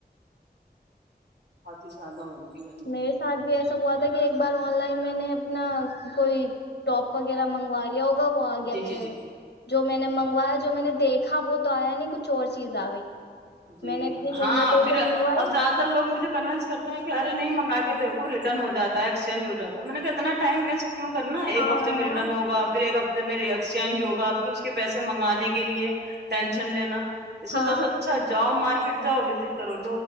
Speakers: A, on the right; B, on the left.
A: ا زیادہ ہو رہی ہے گرمی
B: میرے ساتھ بھی ایس سگ ہو تھا کہ ایک بار آن لائن میں نے اپنا کوئی ٹاپ وغیرہ منگوا لیا ہو ہوا وہ آ گیا
A: جی جی
B: میرے
A: جی جی
B: جو میں نے منگوایا جو میں نے دیکھا وہ تو آیا نہیں کچھ اور چیز آ گئی
A: جی
B: میں نے اتنی منتوں
A: ہاں پھر
B: سے منگوائی
A: اب زیادہ تر لوگ مجھے کنوینس کرتے ہیں کہ نہیں منگا کے دیکو ریٹرن ہو جا ہے ایکسچینج ہو جاتا ہے میں نے کہ اتنا ٹائم ویسٹ کیوں کرنا ایک
B: ہاں
A: ہفتے میں ریٹرن ہوگ پھر ایک ہف میرے ایکسچینج ہوگا پھر اس کے پیسے منگانے کے لیے ٹینشن لینا اس سے
B: ہاں
A: تو س جاؤ مارکیٹ جؤ وزٹ کرو